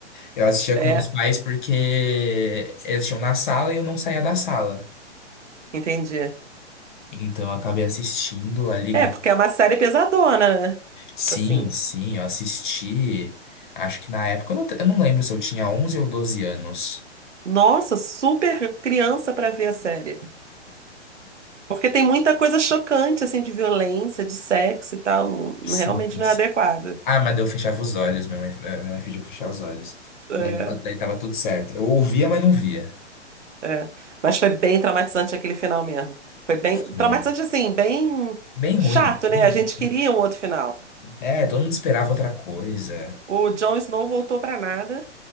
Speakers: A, on the left (about 45°); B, on the right (about 80°).
A: Eu assistia
B: É,
A: com meus pais porque eles tinham na sala e eu não saía da sala.
B: entendi.
A: Então, eu acabei assistindo a Liga.
B: É, porque é uma série pesadona, né?
A: Sim,
B: Tipo assim.
A: sim, eu assisti. Acho que na época, eu não, te- eu não lembro se eu tinha 11 ou 12 anos.
B: Nossa, super criança pra ver a série. Porque tem muita coisa chocante, assim, de violência, de sexo e tal. não- não-
A: Sim,
B: realmente não
A: sim.
B: é adequado.
A: Ah, mas daí eu fechava os olhos, minha mãe, eh, minha mãe pediu pra eu fechar os olhos.
B: É,
A: Daí, daí tava tudo certo. Eu ouvia, mas não via.
B: é. Mas foi bem traumatizante aquele final mesmo. Foi bem
A: Foi
B: traumatizante, assim, bem
A: bem
B: chato,
A: ruim. Bem,
B: né?
A: ruim.
B: A gente queria um outro final.
A: é, é, todo mundo esperava outra coisa.
B: O Jon Snow voltou pra nada,